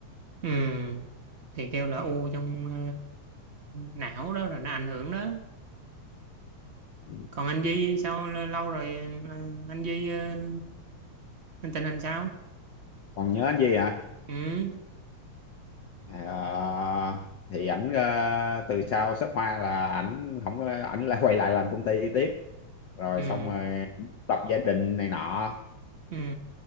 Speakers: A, on the right (about 75°); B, on the left (about 80°).
A: Ừ. thì kêu là
B: ừ.
A: u trong ờ, não đó rồi nó ảnh hưởng đó
B: Ừ.
A: còn anh Di sao l- lâu rồi ờ, anh Di ờ, tình hình sao
B: còn nhớ anh gì hả
A: ừ
B: Ờ, thì ảnh ờ, từ sau shop hoa là ảnh không có- ảnh lại quay lại làm công ty tiếp rồi
A: ừ
B: xong rồi lập gia đình này nọ
A: ừ